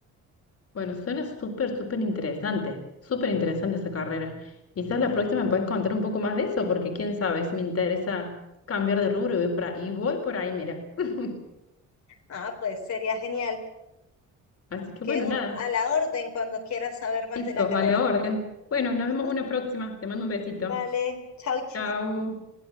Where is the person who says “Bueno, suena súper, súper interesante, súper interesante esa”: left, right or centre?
Left